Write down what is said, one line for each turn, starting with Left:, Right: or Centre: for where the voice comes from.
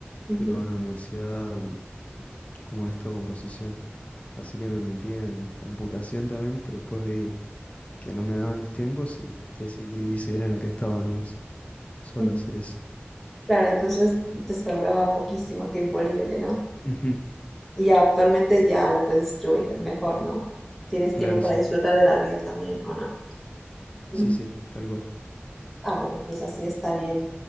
Centre: ujú.
Left: y luego en la universidad mm, como esto composición. Así que me metí en computación también, pero después vi que no me daban los tiempos y decidí seguir en la que estaba nomás. Solo
Centre: Mm,
Left: hacer eso.
Centre: Claro, entonces te sobraba poquísimo tiempo libre, ¿no?
Left: Ujú,
Centre: Y ya actualmente ya lo puedes distribuir mejor, ¿no? Tienes
Left: Claro,
Centre: tiempo para
Left: sí.
Centre: disfrutar de la vida también, ¿o no? Mm.
Left: Sí, sí, tal cual.
Centre: Ah, bueno, pues así está bien.